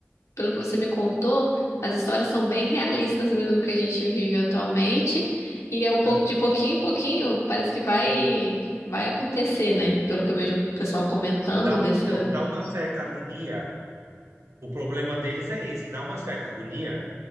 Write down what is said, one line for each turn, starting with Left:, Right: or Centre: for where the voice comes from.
Left: pelo que você me contou, as histórias são bem realistas mesmo que a gente vive atualmente, e é um pouco
Right: Então,
Left: de pouquinho em pouquinho, parece que vai, vai acontecer, né? Pelo que eu vejo o pessoal comentando
Right: dá,
Left: dessa.
Right: um, então, dá uma certa agonia. O problema deles é esse, dá uma certa agonia